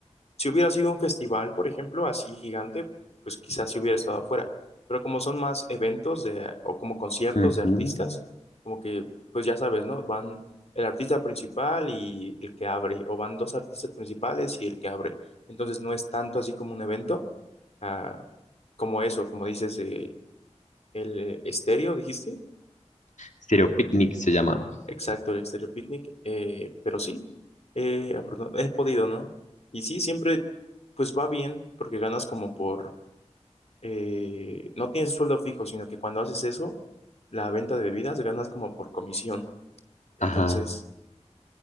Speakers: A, on the left; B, on the left.
A: Si hubiera sido un festival, por ejemplo, así gigante, pues quizás si hubiera estado afuera. Pero como son más eventos de, o como conciertos
B: Ujú.
A: de artistas, como que, pues ya sabes, ¿no? Van el artista principal y el que abre, o van dos artistas principales y el que abre. Entonces no es tanto así como un evento, ah, como eso, como dices, eh, el estéreo, dijiste.
B: Stereo Picnic se llama.
A: Exacto, el Exterior Picnic, eh, pero sí, eh, afortuna- he podido, ¿no? Y sí, siempre, pues va bien, porque ganas como por eh, no tienes sueldo fijo, sino que cuando haces eso, la venta de bebidas ganas como por comisión. Entonces,
B: Ajá,